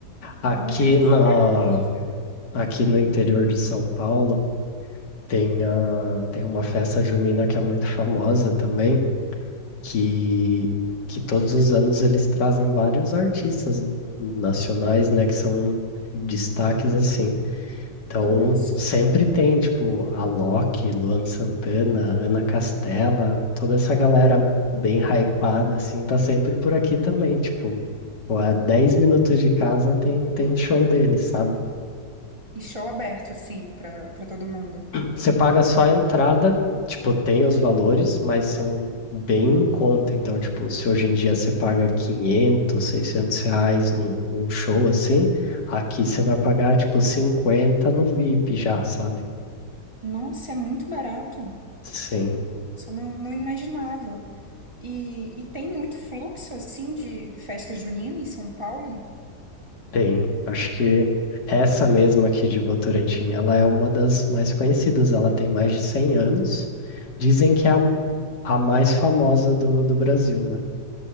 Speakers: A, on the left; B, on the right.
A: Aqui
B: Normalmente eu
A: na,
B: só pego pista.
A: aqui no interior de São Paulo tem, a, tem uma festa junina que é muito famosa também, que, que todos os anos eles trazem vários artistas nacionais, né, que são destaques assim. Então,
B: Que massa.
A: sempre tem, tipo, a Loki, Luan Santana, Ana Castela, toda essa galera bem hypada, assim, tá sempre por aqui também, tipo, pô, a 10 minutos de casa tem, tem um show deles, sabe?
B: E show aberto, assim, pra, pra todo mundo.
A: Você paga só a entrada, tipo, tem os valores, mas são bem em conta, então, tipo, se hoje em dia você paga 500, 600 reais num, num show, assim, aqui você vai pagar, tipo, 50 no VIP já, sabe?
B: Nossa, é muito barato.
A: Sim.
B: Só não, não imaginava. E, e tem muito fluxo, assim, de festa junina em São Paulo?
A: Tem, acho que essa mesma aqui de Votorantim, ela é uma das mais conhecidas, ela tem mais de 100 anos. Dizem que é a, a mais famosa do, do Brasil, né?